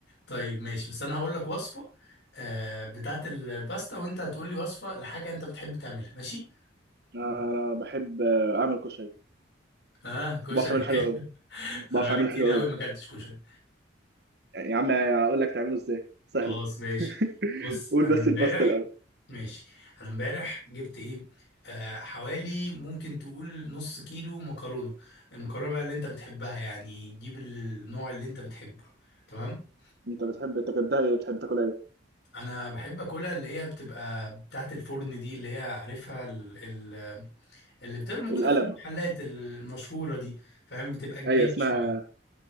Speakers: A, on the left; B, on the right.
A: طيب ماشي بس انا هقول لك وصفة آه، بتاعت الباستا وانت هتقول لي وصفة لحاجة انت بتحب تعملها ماشي
B: آه، انا بحب آه، اعمل كشري
A: اه كشري
B: وبعرف اعمله
A: <laughs>
B: حلو قوي بعرف
A: انا بقالي
B: اعمله
A: كتير
B: حلو قوي
A: قوي ما اكلتش كشري
B: يعني يا عم اقول لك تعمله ازاي سهلة
A: خلاص ماشي بص
B: <laughs> قول
A: انا
B: بس
A: امبارح
B: الباستا الاول
A: ماشي انا امبارح جبت ايه آه حوالي ممكن تقول نص كيلو مكرونه المكرونه بقى اللي انت بتحبها يعني جيب النوع اللي انت بتحبه تمام
B: انت بتحب انت بتحبها ايه بتحب تاكلها ايه؟
A: وانا بحب اكلها اللي هي بتبقى بتاعت الفرن دي اللي هي عارفها ال ال اللي بتبقى موجوده
B: القلم
A: في المحلات المشهوره دي فاهم بتبقى كبيره
B: ايوه اسمها
A: شويه